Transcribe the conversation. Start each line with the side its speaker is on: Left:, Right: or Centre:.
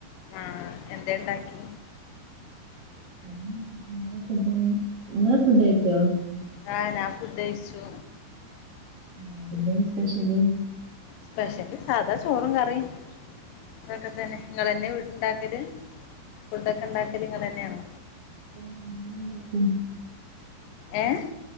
Left: ആഹ് എന്തേ ണ്ടാക്കി
Right: അത് ഞാൻ ചിക്കൻ കറി ഫുഡ്‌ ഇങ്ങള് ഫുഡ് കൈച്ചോ
Left: അഹ് നാൻ ഫുഡ്‌ കൈച്ചു
Right: അഹ് എന്തേന്നു സ്പെഷ്യല്
Left: സ്പെഷ്യല് സാധാ ചോറും കറിം തൊക്കെ തന്നെ ങ്ങളെന്നെ വീട് ഉണ്ടാക്കല് ഫുഡൊക്കെ ണ്ടാക്കല് ങ്ങളെന്നെയാണോ
Right: മ്മ ണ്ടാക്കും
Left: ഏഹ്